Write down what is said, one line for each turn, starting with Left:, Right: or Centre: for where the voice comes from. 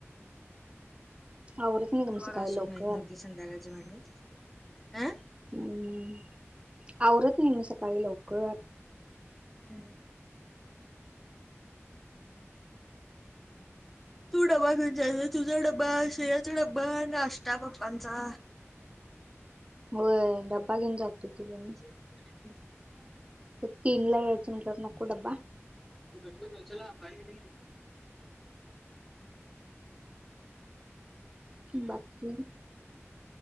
Right: आवरत नाही ग. मी
Centre: कवा
Right: सकाळी
Centre: घासून
Right: लवकर
Centre: माहीत नव्हती संध्याकाळची भांडी. अ
Right: हम्म आवरत नाही मी सकाळी लवकर.
Centre: हम्म! तू डबा घेऊन जायच तुझा डबा श्रेयाचा डबा नाष्टा पप्पांचा.
Right: हो डबा घेन जातोकी बाई मी.
Centre: <inaudible>
Right: तीन ला यायचं म्हटल्यावर नको डबा?
Centre: ही <unintelligible> दोनशेला <unintelligible> की.
Right: <inaudible> बाकी